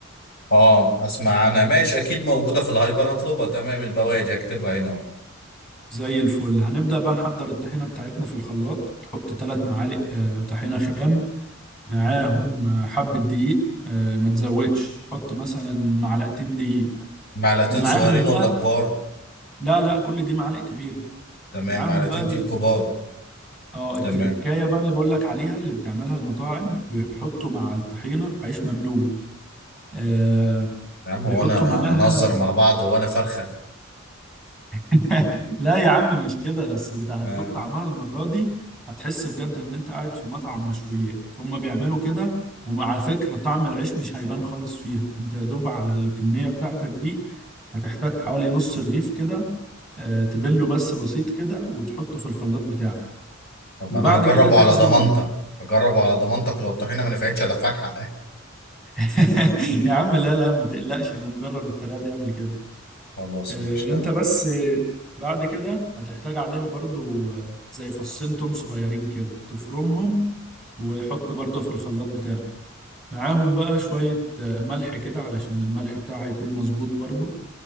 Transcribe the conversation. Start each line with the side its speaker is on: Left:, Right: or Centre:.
Left: اه اسمع انا ماشي اكيد موجوده في الهايبر هطلبها تمام البواجي هكتبها هنا اهو
Centre: زي الفل هنبدأ بقى نحضر الطحينة بتاعتنا في الخلاط هتحط ثلاث معالق آه، طحينة خام معاهم آه، حبة دقيق آه، ما تزودش حط مثلا معلقتين دقيق
Left: معلقتين
Centre: ومعاهم
Left: صغيرين
Centre: بقى
Left: ولا كبار
Centre: لا لا كل دي معالق كبيرة
Left: تمام
Centre: معاهم
Left: معلقتين
Centre: بقى
Left: دي كبار
Centre: اه التركايه
Left: تمام
Centre: بقى اللي بقول لك عليها اللي بتعملها المطاعم بيحطوا مع الطحينه عيش مبلول آه
Left: يا عم
Centre: بيحطوا
Left: هو انا
Centre: معاها
Left: هنهزر مع بعض هو انا فرخه
Centre: <laughs> لا يا عم مش كده بس انت هتدوق
Left: آه.
Centre: طعمها المره دي هتحس بجد ان انت قاعد في مطعم مشويات هما بيعملوا كده وعلى فكره طعم العيش مش هيبان خالص فيها انت يا دوب على الكميه بتاعتك دي هتحتاج حوالي نص رغيف كده آه، تبله بس بسيط كده وتحطه في الخلاط بتاعك
Left: طب
Centre: وبعد
Left: انا هجربه
Centre: كده تنزل
Left: على ضمانتك هجربه على ضمانتك لو الطحينه ما نفعتش هدفعك حقها
Centre: <laughs> يا عم لا لا ما تقلقش انا مجرب الطريقه دي قبل كده
Left: خلاص
Centre: آه،
Left: ماشي تمام
Centre: انت بس آه، بعد كده هتحتاج عليها برضو آه، زي فصين توم صغيرين كده تفرمهم وحط برضو في الخلاط بتاعك معاهم بقى شويه آه، ملح كده علشان الملح بتاعها هيكون مظبوط برضو